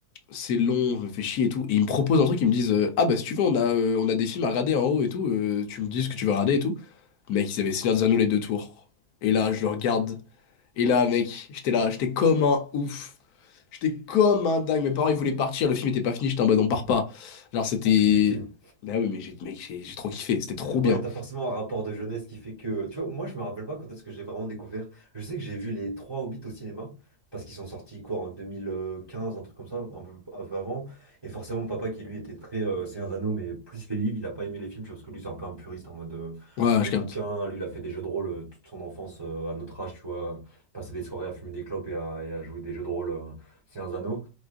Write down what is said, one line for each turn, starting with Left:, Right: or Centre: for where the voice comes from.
Left: c'est long, je me fais chier et tout. Et ils me proposent un truc, ils me disent, euh, ah bah si tu veux, on a, euh, on a des films à regarder en haut et tout, euh, tu me dis ce que tu veux regarder et tout. Mec, ils avaient Seigneur des Anneaux les deux tours. Et là, je le regarde. Et là, mec, j'étais là, j'étais comme un ouf. J'étais comme un dingue. Mes parents, ils voulaient partir, le film était pas fini, j'étais en mode, on part pas. Genre, c'était.
Right: On finit le film.
Left: Bah oui, mais j'ai, mec, j'ai j'ai trop kiffé, c'était trop bien.
Right: Ouais, t'as forcément un rapport de jeunesse qui fait que... Tu vois, moi, je me rappelle pas quand est-ce que j'ai vraiment découvert. Je sais que j'ai vu les trois Hobbits au cinéma, parce qu'ils sont sortis, quoi, en 2015, un truc comme ça, un peu, un peu avant. Et forcément, mon papa, qui lui était très euh, Seigneur des Anneaux, mais plus les livres, il a pas aimé les films, tu vois, parce que lui, c'est un peu un puriste, en mode... euh,
Left: Ouais,
Right: les
Left: je capte.
Right: bouquins, lui, il a fait des jeux de rôle euh, toute son enfance, euh, à notre âge, tu vois. Passer des soirées à fumer des clopes et à, et à jouer des jeux de rôle, euh, Seigneur des Anneaux.